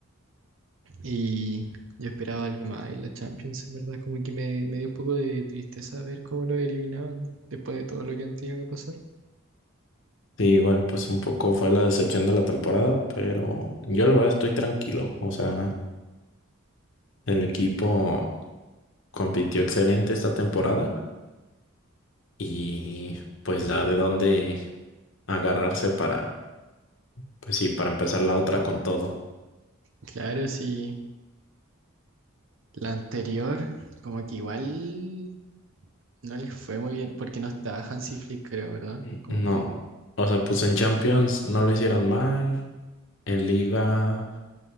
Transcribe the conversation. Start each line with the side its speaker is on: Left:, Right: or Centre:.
Right: y yo esperaba algo más en la Champions, en verdad, como que me, me dio un poco de tristeza ver cómo lo eliminaban después de todo lo que han tenido que pasar.
Left: Sí, igual pues un poco fue la decepción de la temporada, pero yo la verdad estoy tranquilo. O sea, el equipo compitió excelente esta temporada y pues da de dónde agarrarse para Pues sí, para empezar la otra con todo.
Right: Claro, sí, la anterior como que igual no les fue muy bien porque no estaba Hansi Flick, creo, ¿verdad?
Left: N-
Right: Como
Left: No.
Right: que
Left: O sea, pues en Champions no lo hicieron mal. En Liga